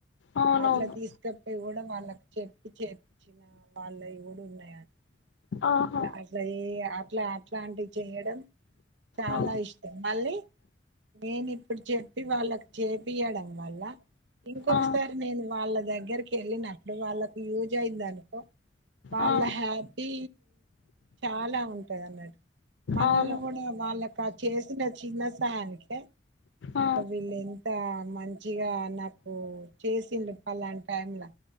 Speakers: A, on the left; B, on the right.
A: అవునవును
B: అట్లా తీసుకపోయి కూడా వాళ్ళకి చెప్పి చేపిచ్చిన వాళ్ళయి కూడా ఉన్నాయి అని
A: ఆహా
B: అట్ల అట్ల ఏ అట్ల అట్లాంటివి చేయడం చాలా
A: ఆ
B: ఇష్టం మళ్ళీ నేనిప్పుడు చెప్పి వాళ్ళకి చేపియ్యడం వళ్ళ ఇంకొకసారి
A: ఆ
B: నేను వాళ్ళ దగ్గరికి ఎల్లినట్టు వాల్లకు యూజ్ అయిందనుకో వాళ్ళా
A: ఆ
B: హ్యాపీ చాలా ఉంటాదన్నాటు మనల్ని
A: అవును
B: కూడా వాళ్ళ వాళ్లకి చేసిన చిన్న సయానీకె
A: ఆ
B: అబ్బ వీల్లెంత మంచిగా నాకు చేసిండు ఫలానా టైమ్లా